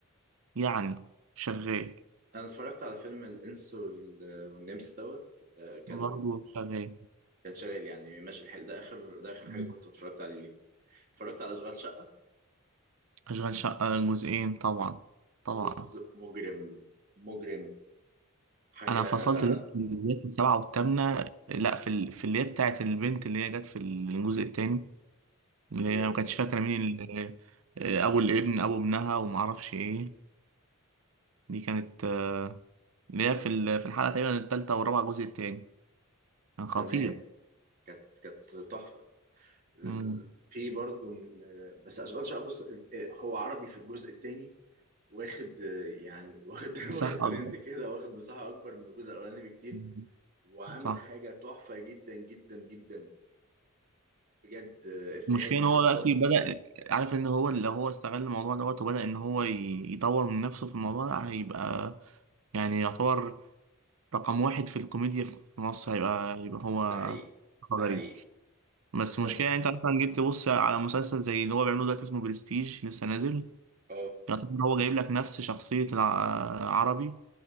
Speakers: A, on the right; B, on the right.
A: يعني شغال
B: أنا اتفرجت على فيلم الإنس وال- والنمس دوت آه كان
A: برضه شغال
B: كان شغال يعني ماشي الحال ده آخر ده آخر
A: مم.
B: حاجة كنت اتفرجت عليه اتفرجت على أشغال شقة
A: أشغال شقة جزئين طبعا
B: بص
A: طبعا
B: مجرم مجرم حاجة
A: أنا فصلت ده بالذات في السبعة والثامنة لأ في ال... في اللي هي بتاعت البنت اللي هي جت في الجزء التاني اللي
B: اللي
A: هي
B: هي
A: ما كانتش فاكرة مين اللي... أبو الابن أبو ابنها ومعرفش إيه دي كانت آه، اللي هي في ال... في الحلقة تقريبا التالتة والرابعة الجزء التاني كان خطير
B: تمام كانت كانت تحفه ال-
A: مم.
B: في برضه من بس اشغال شقه بص ال- إيه، هو عربي في الجزء الثاني واخد آه، يعني واخد <laughs>
A: مساحة
B: واخد ترند
A: أكبر
B: كده واخد مساحه اكبر من الجزء الاولاني بكتير
A: مم.
B: وعامل
A: صح
B: حاجه تحفه جدا جدا جدا بجد آه، افيهاته
A: المشكلة ان
B: حتى
A: هو دلوقتي بدأ عارف ان هو لو هو استغل الموضوع دوت وبدأ ان هو ي- يطور من نفسه في الموضوع ده هيبقى يعني يعتبر رقم واحد في الكوميديا في مصر هيبقى يبقى هو
B: ده حقيقي
A: غريب
B: ده حقيقي
A: بس المشكلة
B: بس
A: يعني انت مثلا جيت تبص على مسلسل زي اللي هو بيعمله دلوقتي اسمه برستيج لسه نازل
B: اه
A: يعتبر هو جايب لك نفس شخصية العربي